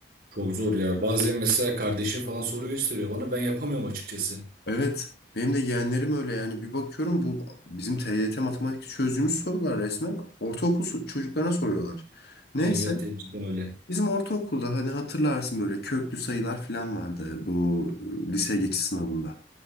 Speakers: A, on the right; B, on the left.
A: Çok zor ya. Bazen mesela kardeşim falan soru gösteriyor bana. Ben yapamıyorum açıkçası.
B: Evet benim de yeğenlerim öyle yani bir bakıyorum bu bizim TYT matematik çözdüğümüz sorular resmen ortaokul so- çocuklarına soruyorlar. Neyse
A: Evet, gerçekten öyle.
B: bizim ortaokulda hani hatırlarsın böyle köklü sayılar falan vardı bu e, lise geçiş sınavında.